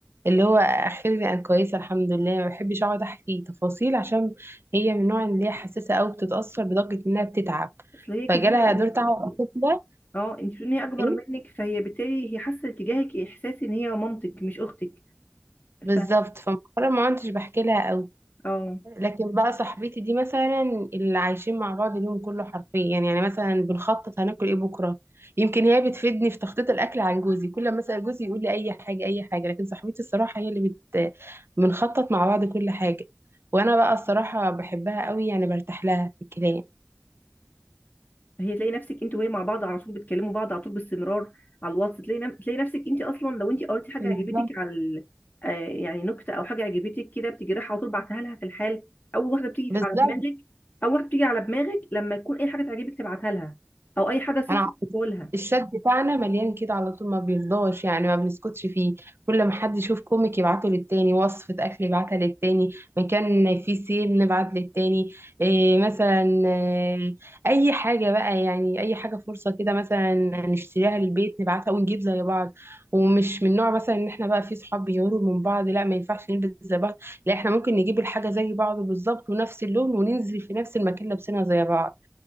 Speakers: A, on the right; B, on the left.
A: اللي هو اخيرا انا كويسه الحمد لله ما بحبش اقعد احكي تفاصيل عشان هي من النوع اللي هي حساسه قوي بتتاثر لدرجه انها بتتعب
B: اصل هي
A: فجالها
B: كبيره انت
A: دور
B: بتقولي
A: تعب
B: إيه؟
A: كده
B: اه انت بتقولي إن هي اكبر
A: ايه
B: منك فهي بالتالي هي حاسه تجاهك احساس ان هي مامتك مش اختك
A: بالظبط
B: ف
A: فمؤخرا ما عدتش بحكي لها قوي
B: اه
A: لكن بقى صاحبتي دي مثلا اللي عايشين مع بعض اليوم كله حرفيا يعني مثلا بنخطط هناكل ايه بكره يمكن هي بتفيدني في تخطيط الاكل عن جوزي كل ما اسال جوزي يقول لي اي حاجه اي حاجه لكن صاحبتي الصراحه هي اللي بت... بنخطط مع بعض كل حاجه وانا بقى الصراحه بحبها قوي يعني برتاح لها في الكلام
B: هي تلاقي نفسك انت وهي مع بعض على طول بتكلموا بعض على طول باستمرار على الواتس تلاقي نف... تلاقي نفسك انت اصلا لو انت قريتي حاجه
A: بالظبط
B: عجبتك على ال... آه يعني نكته او حاجه عجبتك كده بتجي رايحه على طول بعتها لها في الحال اول واحده بتيجي
A: بالظبط
B: على دماغك اول واحده بتيجي على دماغك لما يكون اي حاجه تعجبك تبعتها لها او اي حدث
A: انا
B: يحصل
A: عارفة.
B: تقولها
A: الشات بتاعنا مليان كده على طول ما بيفضاش يعني ما بنسكتش فيه كل ما حد يشوف كوميك يبعته للتاني وصفة اكل يبعتها للتاني مكان فيه سيل نبعت للتاني إيه مثلا إيه اي حاجة بقى يعني اي حاجة فرصة كده مثلا نشتريها للبيت نبعتها ونجيب زي بعض ومش من نوع مثلا ان احنا بقى في صحاب بيغيروا من بعض لا ما ينفعش نلبس زي بعض لا احنا ممكن نجيب الحاجة زي بعض بالظبط ونفس اللون وننزل في نفس المكان لابسينها زي بعض